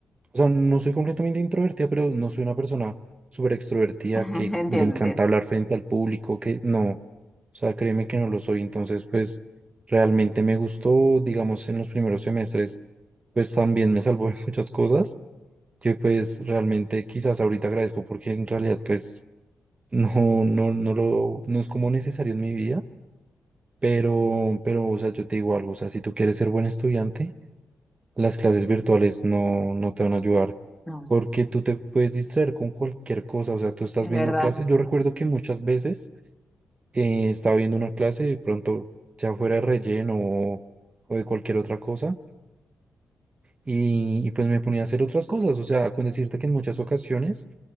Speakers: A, on the right; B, in the centre.
A: O sea, no soy completamente introvertida, pero no soy una persona súper extrovertida
B: <laughs>
A: que
B: entiendo,
A: le encanta
B: entiendo.
A: hablar frente al público, que no. O sea, créeme que no lo soy. Entonces, pues realmente me gustó, digamos, en los primeros semestres, pues también me salvó <laughs> de muchas cosas que pues realmente quizás ahorita agradezco porque en realidad pues no, no, no lo, no es como necesario en mi vida. Pero, pero, o sea, yo te digo algo, o sea, si tú quieres ser buen estudiante, las clases virtuales no, no te van a ayudar
B: No,
A: porque tú te puedes distraer con cualquier cosa, o sea, tú estás
B: es
A: viendo
B: verdad.
A: clases, yo recuerdo que muchas veces eh, estaba viendo una clase de pronto ya fuera de relleno o, o de cualquier otra cosa y, y pues me ponía a hacer otras cosas, o sea, con decirte que en muchas ocasiones